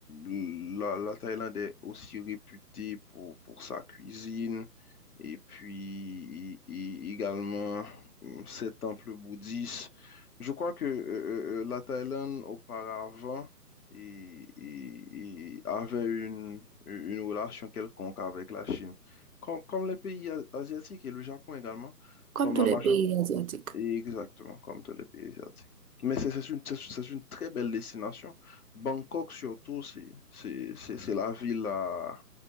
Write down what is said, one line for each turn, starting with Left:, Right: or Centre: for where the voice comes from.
Left: la, la Thaïlande est aussi réputée pour, pour sa cuisine et puis i- i- également hum, ses temples bouddhistes. Je crois que euh, euh, euh, la Thaïlande auparavant et- et- et avait une, une relation quelconque avec la Chine, comme, comme les pays a- asiatiques et le Japon également,
Right: Comme
Left: comme
Right: tous
Left: la
Right: les
Left: majeure
Right: pays asiatiques.
Left: Exactement, comme tous les pays asiatiques. Mais c'est c'est une, c'est- c'est une très belle destination. Bangkok, surtout, c'est c'est- c'est- c'est la ville à,